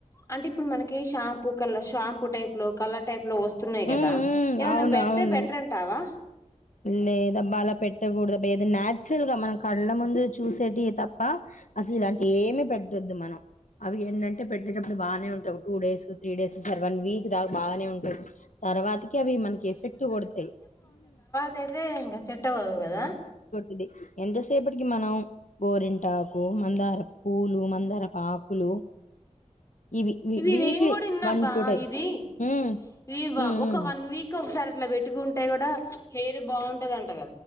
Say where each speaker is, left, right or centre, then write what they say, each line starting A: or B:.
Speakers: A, on the left (about 25°); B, on the left (about 75°).
A: అంటే ఇప్పుడు మనకి షాంపూ కలర్ షాంపూ టైప్ లో కలర్ టైప్ లో వస్
B: ఉమ్
A: గదా
B: ఉమ్
A: ఇవన్
B: అవును
A: బెడతే
B: అవును
A: బెట్రంటావా
B: లేదబ్బా అలా పెట్టకూడదు ఏదో చురల్ గా మనం కళ్ళ ముందు చూసేటివి తప్ప అసలు ఇలాంటి ఏమి పెట్టొద్దు మనం అవి ఏంటంటే పెట్టేటప్పుడు బాగానే ఉంటాయి టూ డేస్ త్రీ డేస్ సరే వన్ వీక్ దాకా బాగానే ఉంటాంది తర్వాత అవి మనకి ఎఫెక్ట్ కొడతాయి
A: సరే అండి సెట్ అవ్వదు కదా
B: ఇది ఎంతసేపటికి మనం గోరింటాకు మందారపు పూలు మందారపు ఆకులు ఇవి వి
A: ఇది
B: వీక్లీ
A: నేను కూడా ఇన్నా బా
B: టైమ్స్.
A: ఇది
B: హ్మ్.
A: ఇది బా
B: హ్మ్.
A: ఒక
B: హ్మ్.
A: వన్ వీక్ ఒకసారి అట్లా పెట్టుకుంటే కూడా హెయిర్ బావుంటదంట గా